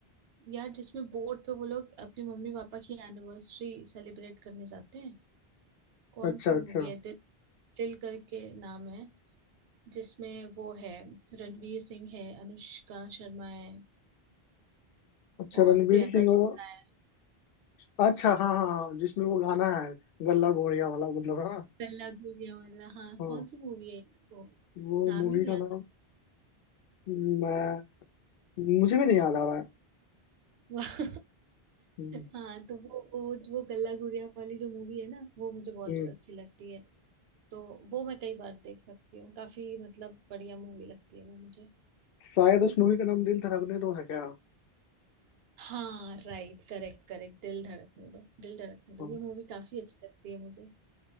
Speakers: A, on the right; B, on the left.
A: यार जिसमें बोट पे वो लोग अपने मम्मी पापा की एनिवर्सरी सेलिब्रेट करने जाते हैं कौन
B: अच्छा
A: सी
B: अच्छा
A: मूवी है दिल, दिल करके नाम है जिसमें वो है रणवीर सिंह है अनुष्का शर्मा है
B: अच्छा
A: और
B: रणवीर
A: प्रियंका
B: सिंह
A: चोपड़ा
B: और
A: है
B: अच्छा हाँ हाँ हाँ जिसमें वो गाना है गल्ला गोरिया वाला मतलब हाँ
A: गल्ला गुड़िया वाला हाँ
B: हाँ
A: कौन सी मूवी है वो
B: वो
A: नाम
B: मूवी
A: ही नहीं
B: का नाम मैं मुझे भी नहीं याद आ रहा है
A: <laughs> वाह
B: हम्म,
A: हाँ तो वो वो वो गल्ला गुड़िया वाली जो मूवी है ना वो मुझे बहुत
B: हम्म,
A: अच्छी लगती है तो वो मैं कई बार देख सकती हूँ काफी मतलब बढ़िया मूवी लगती है वो मुझे
B: शायद उस मूवी का नाम दिल धड़कने दो है क्या
A: हाँ right correct correct Dil Dhadakne दो दिल धड़कने दो
B: हाँ
A: ये मूवी काफी अच्छी लगती है मुझे